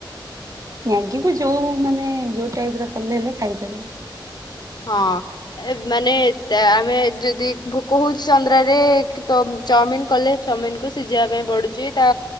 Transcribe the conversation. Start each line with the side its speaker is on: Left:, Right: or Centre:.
Right: ମ୍ୟାଗିକୁ ଯୋଉ ମାନେ ଯୋଉ ଟାଇପ ର କଲେ ହେଲେ ଖାଇପାରିବୁ।
Left: ହଁ ଏ ମାନେ ଆମେ ଯଦି ଭୋକହଉଚି ସନ୍ଦ୍ରାରେ କେ ତ ମଁ ଚାଉମିିନ କଲେ ଚାଉମିିନ କୁ ସିଯେଇବା ପାଇଁ ପଡୁଚି ତା